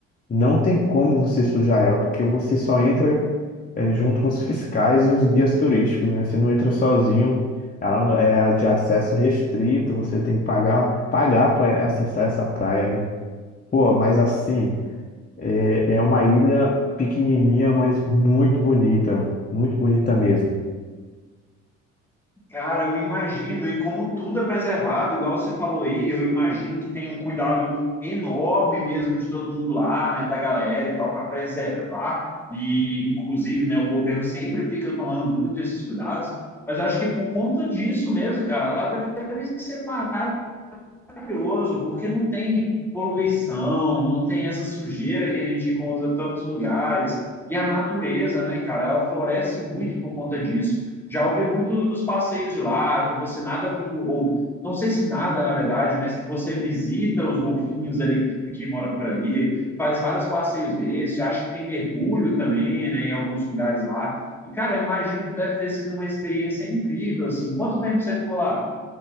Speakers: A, on the left (about 25°); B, in the centre.
A: não tem como você sujar ela, porque você só entra, é, junto com os fiscais e os guias turísticos, né, você não entra sozinho, ela não- é de acesso restrito, você tem que pagar, pagar para acessar essa praia, né. Pô, mas assim. É, é uma ilha pequenininha, mas muito bonita, muito bonita mesmo.
B: Cara, eu imagino, e como tudo é preservado, igual você falou aí, eu imagino que tem um cuidado enorme mesmo de todo mundo lá, né, da galera e tal, para preservar. E, inclusive, né, o governo sempre fica tomando muito esses cuidados, mas eu acho que por conta disso mesmo, cara, lá deve separar maravilhoso, porque não tem poluição, não tem essa sujeira que a gente encontra em tantos lugares. E a natureza, né, cara, ela floresce muito por conta disso. Já ouvi muito dos passeios de lá, que você nada com, ou não sei se nada, na verdade, mas que você visita os golfinhos ali que, que mora por ali, faz vários passeios desses, acho que tem mergulho também, né, em alguns lugares lá. E, cara, eu imagino que deve ter sido uma experiência incrível, assim. Quanto tempo você ficou lá?